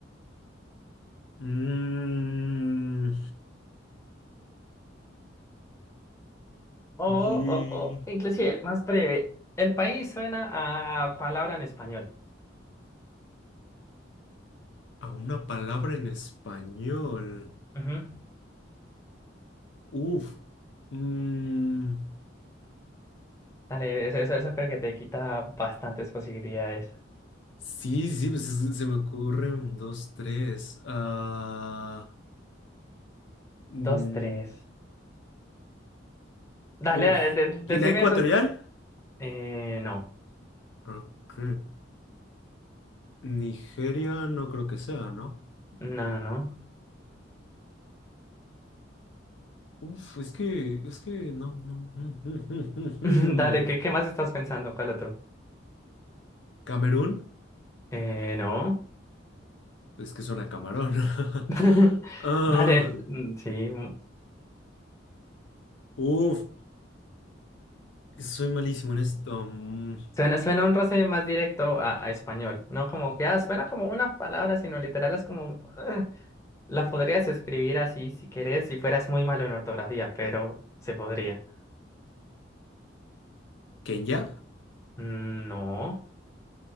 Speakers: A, on the left; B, on the left.
A: Mm,
B: O,
A: y-
B: o, o, inclusive, más breve. El país suena a palabra en español.
A: A una palabra en español.
B: Ujú.
A: Uf. Mm,
B: Dale, eso, eso, eso creo que te quita bastantes posibilidades.
A: sí, sí, pues es- se me ocurren dos, tres. Ah, mm,
B: Dos, tres. Dale,
A: uf.
B: dale, de-
A: ¿Guinea
B: decime
A: Ecuatorial?
B: esos Eh, no,
A: Ok. Nigeria no creo que sea, ¿no?
B: no, no, no.
A: Uf, es que, es que no. <laughs>
B: <laughs> Dale, ¿qué, qué más estás pensando? ¿Cuál otro?
A: Camerún,
B: Eh, no.
A: es que suena a camarón. <laughs>
B: <laughs>
A: Ah,
B: Dale, mm, sí. mm.
A: Uf, soy malísimo en esto. Mm,
B: Suena, suena un roce más directo a, a español, ¿no? Como que, ah, suena como una palabra, sino literal es como, eh, la podrías escribir así si querés, si fueras muy malo en ortografía, pero se podría.
A: ¿Kenia?
B: Mm, No.